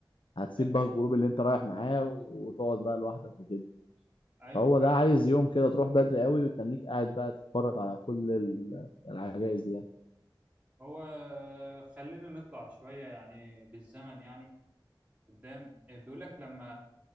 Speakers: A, on the left; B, on the right.
A: هتسيب
B: أ-
A: بقى الجروب اللي انت رايح معاه وتقعد بقى لوحدك وكده
B: ايوه
A: فهو
B: فعلا
A: ده عايز يوم كده تروح بدري قوي وتنيك قاعد بقى تتفرج على كل ال- العجائز دي يعني
B: هو آه، خلينا نطلع شويه يعني بالزمن يعني قدام آه، بيقول لك لما